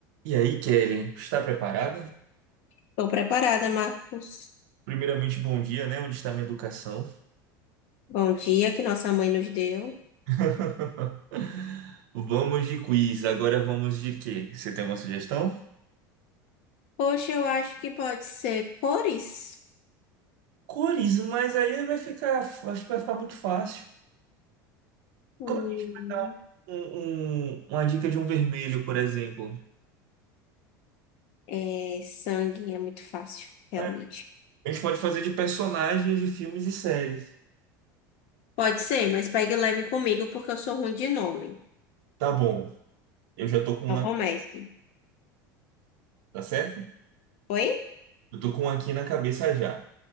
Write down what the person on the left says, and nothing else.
Estou preparada, Marcos.
Bom dia que nossa mãe nos deu.
Poxa, eu acho que pode ser cores.
Hum,
é, sangue é muito fácil, realmente.
Pode ser, mas pegue leve comigo porque eu sou ruim de nome.
Então
comece.
Oi?